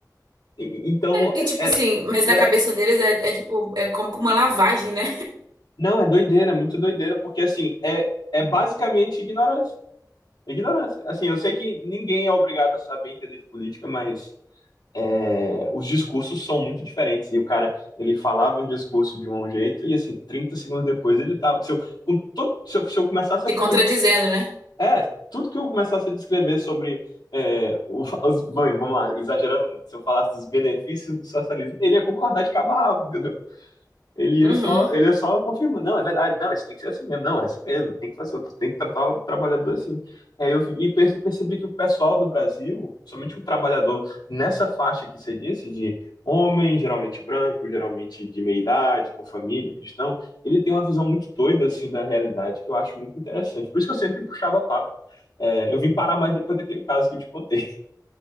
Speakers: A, on the left; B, on the right.
A: E- Então,
B: E, tipo
A: era,
B: assim, mas
A: era.
B: na cabeça deles é, é tipo, é como com uma lavagem, né?
A: Não, é doideira, é muito doideira, porque, assim, é, é basicamente ignorância. Ignorância. Assim, eu sei que ninguém é obrigado a saber entender de política, mas é, os discursos são muito diferentes. E o cara, ele falava um discurso de um jeito, e assim, 30 segundos depois ele tava. Se eu, com todo, se eu, se eu começasse
B: Se
A: a fazer
B: contradizendo,
A: um dos.
B: né?
A: É, tudo que eu começasse a descrever sobre. É, o- os, vamos vamos lá, exagerando muito. Se eu falasse dos benefícios do socialismo, ele ia concordar de cabo a rabo, entendeu? Ele ia
B: Uhum.
A: só, ele ia só confirmando, não, é verdade, não, isso tem que ser assim mesmo, não, é assim mesmo, tem que fazer, tem que tratar o trabalhador assim. Aí eu fi- e perce- percebi que o pessoal do Brasil, somente o trabalhador nessa faixa que você disse, de homem, geralmente branco, geralmente de meia idade, com família, cristão, ele tem uma visão muito doida assim da realidade que eu acho muito interessante. Por isso que eu sempre puxava papo. É, eu vim parar mais depois daquele caso que eu te contei,